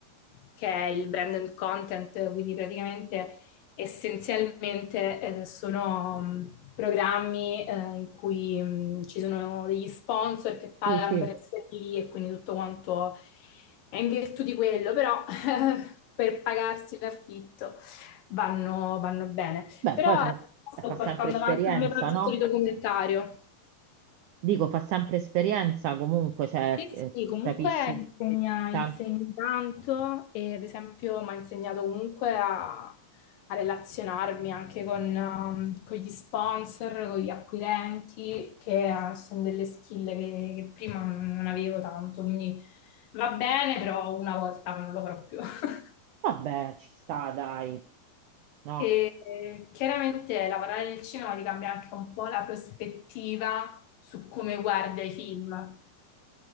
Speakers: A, on the left; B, on the right.
A: che è il brand and content, quindi praticamente essenzialmente eh, sono mh, programmi eh, in cui mh, ci sono degli sponsor che pagano
B: sì, sì.
A: per essere lì e quindi tutto quanto è in virtù di quello, però <laughs> per pagarsi l'affitto vanno, vanno bene.
B: Beh,
A: Però
B: poi fa,
A: eh,
B: eh,
A: sto
B: fa sempre
A: portando
B: esperienza,
A: avanti un mio progetto
B: no?
A: di documentario.
B: Dico, fa sempre esperienza comunque, cioè,
A: Sì,
B: eh,
A: sì, comunque
B: capisci
A: insegna,
B: tanto.
A: insegna tanto e ad esempio mi ha insegnato comunque a, a relazionarmi anche con, um, con gli sponsor, con gli acquirenti, che eh, sono delle skill che, che prima non avevo tanto, quindi va bene, però una volta non lo farò più. <laughs>
B: Vabbè, ci sta, dai, no?
A: E eh, chiaramente lavorare nel cinema ti cambia anche un po' la prospettiva su come guarda i film,